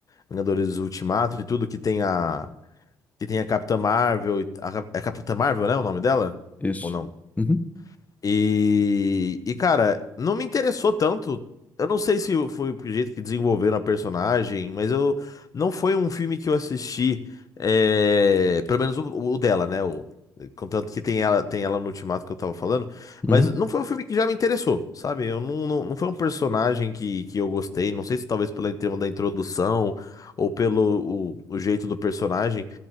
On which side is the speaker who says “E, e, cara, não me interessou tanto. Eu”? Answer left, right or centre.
Left